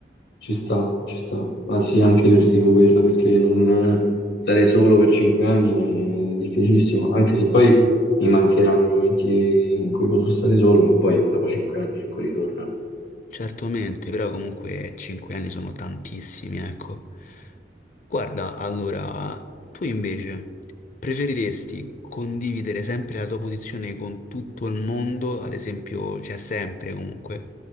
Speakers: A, on the left; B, on the left.
A: Ci sta, ci sta. Anzi, anche io ti dico quella perché non eh, stare solo per cinque anni è difficilissimo, anche se poi mi mancheranno i momenti in cui potrò stare solo, ma poi dopo cinque anni, ecco, ritornano.
B: Certamente, però comunque 5 anni sono tantissimi, ecco. Guarda, allora, tu invece preferiresti condividere sempre la tua posizione con tutto il mondo, ad esempio, cioè sempre comunque,